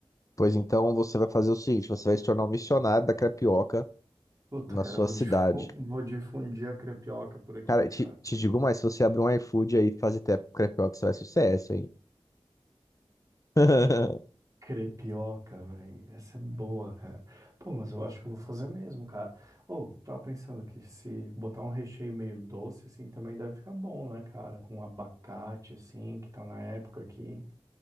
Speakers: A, on the left; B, on the right.
A: Pois então você vai fazer o seguinte: você vai se tornar um missionário da crepioca
B: Puta,
A: na
B: cara,
A: sua
B: eu vou
A: cidade.
B: difu- vou difundir a crepioca por aqui,
A: Cara,
B: cara.
A: te, te digo mais: se você abrir um iFood aí e fazer te- crepioca, você vai sucesso, hein? <laughs>
B: Crepioca, velho. Essa é boa, cara. Pô, mas eu acho que eu vou fazer mesmo, cara. Ou, tava pensando que se botar um recheio meio doce, assim, também deve ficar bom, né, cara? Com abacate, assim, que tá na época aqui.